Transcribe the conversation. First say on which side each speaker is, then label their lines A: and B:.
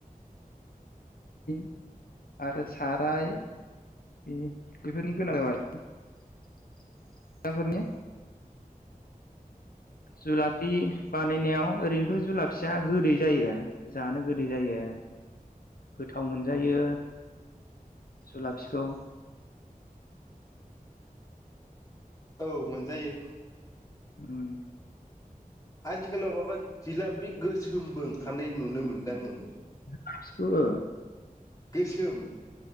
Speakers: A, on the left (about 80°); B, on the left (about 25°).
A: <unintelligible> आरो साराय बे बेफोरनि गोनां जाबाय फिथाफोरनि जुलाफि बानायनायाव ओरैनोथ' जुलाफिया गोदै जायो जानो गोदै जायो गोथाव मोनजायो जुलाफिखौ
B: औ मोनजायो
A: ओम
B: आथिखालाव माबा जिलाफि गोसोमबो ओंखानाय नुनो मोन <unintelligible>
A: थाबसाखौबो
B: गोसोम